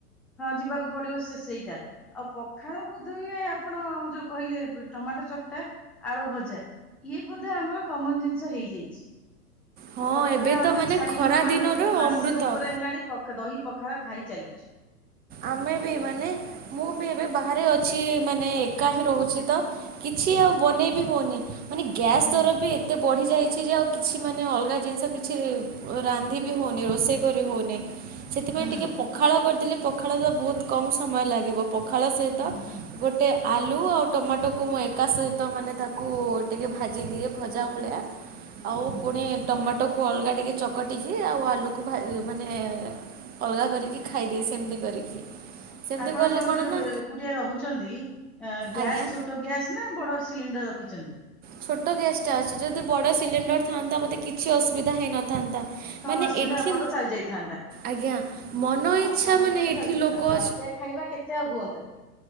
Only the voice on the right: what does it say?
ହଁ
ଏବେ ତ
ମାନେ
ଖରା
ଦିନର
ଅମୃତ।
ଆମେ ବି ମାନେ ମୁଁ ବି ଏବେ ବାହାରେ ଅଛି ମାନେ ଏକା ହିଁ ରହୁଛି ତ କିଛି ଆଉ ବନେଇବି ହଉନି ମାନେ ଗ୍ୟାସ୍
ଦର ବି ଏତେ ବଢ଼ିଯାଇଛି ଯେ ଆଉ କିଛି ମାନେ ଅଲଗା ଜିନିଷ କିଛି ଓ ରନ୍ଧି ବି ହେଉନି ରୋଷେଇ କରି ହେଉନି। ସେଥିପାଇଁ
ଟିକେ ପଖାଳ କରିଦେଲେ ପଖାଳ ତ ବହୁତ କମ ସମୟ ଲାଗିବ। ପଖାଳ ସହିତ
ଗୋଟେ ଆଲୁ ଆଉ ଟମାଟୋକୁ ମୁଁ ଏକା ସହିତ ମାନେ ତାକୁ ଟିକେ ଭାଜିଦିଏ ଭଜା ଭଳିଆ। ଆଉ
ପୁଣି ଟମାଟୋକୁ ଅଲଗା ଟିକେ ଚକଟିକି ଆଉ ଆଳୁକୁ ଭା ମାନେ ଅଲଗା କରିକି ଖାଇଦିଏ ସେମିତି କରିକି। ସେମିତି
କଲେ
ନା
ଆଜ୍ଞା
ଛୋଟ ଗ୍ୟାସ୍ ଟା ଅଛି। ଯଦି ବଡ଼ ସିଲିଣ୍ଡର ଥାଆନ୍ତା ମୋତେ କିଛି ଅସୁବିଧା ହେଇନଥାନ୍ତା।
ମାନେ
ଏଠି
ଆଜ୍ଞା ମନ
ଇଚ୍ଛା
ମାନେ
ଏଠି
ଲୋକ